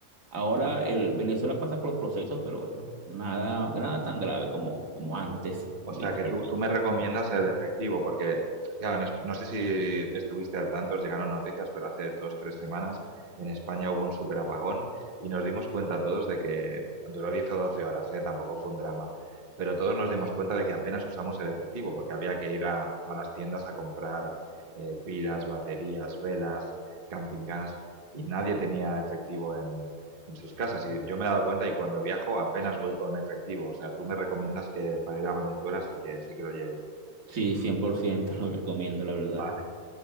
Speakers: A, on the right; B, on the right.
A: ahora el Venezuela pasa por procesos, pero bueno, nada, nada tan grave como, como antes,
B: O
A: literalmente.
B: sea, que tú, tú me recomiendas el efectivo, porque, claro, en Es- no sé si estuviste al tanto, os llegaron noticias, pero hace dos, tres semanas en España hubo un súper apagón y nos dimos cuenta todos de que duró 10 o 12 horas, ¿eh? Tampoco fue un drama, pero todos nos dimos cuenta de que apenas usamos el efectivo, porque había que ir a, a las tiendas a comprar eh, pilas, baterías, velas, camping gas, y nadie tenía efectivo en sus casas. Y yo me he dado cuenta y cuando viajo apenas voy con efectivo. O sea, tú me recomiendas que para ir a Venezuela sí que, sí que lo lleve.
A: Sí, 100% <laughs> lo recomiendo, la verdad.
B: Vale,